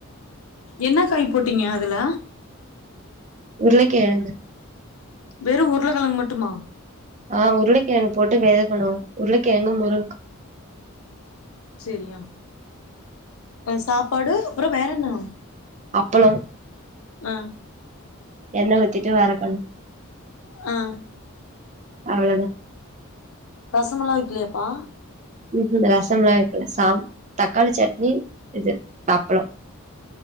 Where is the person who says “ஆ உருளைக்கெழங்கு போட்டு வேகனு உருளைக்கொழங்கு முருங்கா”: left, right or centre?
Right